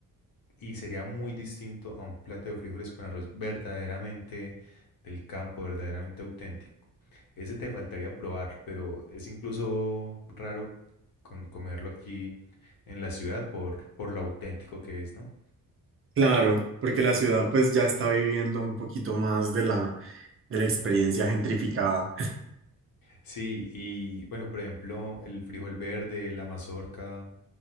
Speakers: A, on the left; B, on the right.
A: y sería muy distinto a un plato de frijoles con arroz verdaderamente del campo, verdaderamente auténtico. Ese te faltaría probar, pero es incluso raro con- comerlo aquí en la ciudad por, por lo auténtico que es, ¿no?
B: Claro, porque la ciudad pues ya está viviendo un poquito más de la, de la experiencia gentrificada.
A: Sí, y bueno, por ejemplo, el frijol verde, la mazorca,